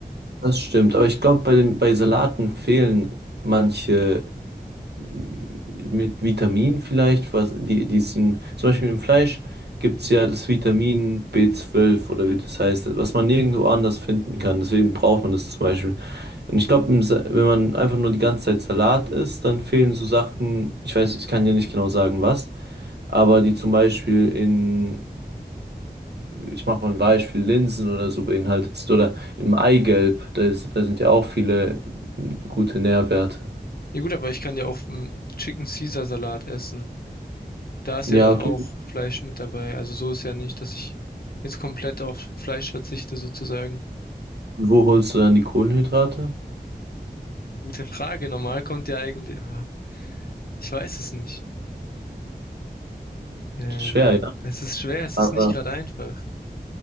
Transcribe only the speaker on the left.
Ja gut, aber ich kann ja auch einen Chicken Caesar Salat essen. Da ist
ja dann
auch Fleisch mit dabei. Also so ist ja nicht, dass ich jetzt komplett auf Fleisch verzichte sozusagen.
Gute Frage. Normal kommt ja eigentlich. Ah, ich weiß es nicht. Ähm,
es ist schwer, es
ist nicht gerade einfach.